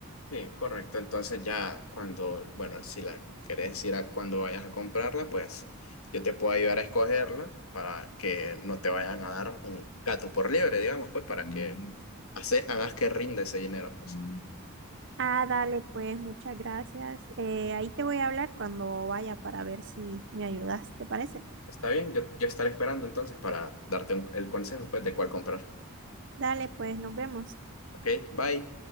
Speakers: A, on the left; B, on the right.
A: Sí, correcto. Entonces ya cuando, bueno, si la querés decir a cuando vayas a comprarla, pues yo te puedo ayudar a escogerla para que no te vayan a dar un gato por liebre, digamos, pues para que Mm. hace- hagas que rinda ese dinero, pues. Mm.
B: Ah, dale, pues muchas gracias. Eh, ahí te voy a hablar cuando vaya para ver si me ayudas, ¿te parece?
A: Está bien, yo, yo estaré esperando entonces para darte un- el consejo, pues, de cuál comprar.
B: Dale, pues nos vemos.
A: Ok, bye.